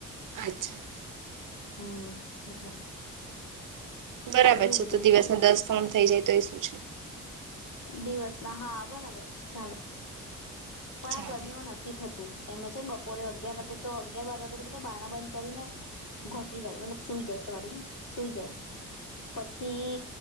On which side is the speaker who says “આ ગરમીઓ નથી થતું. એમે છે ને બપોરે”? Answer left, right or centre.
Left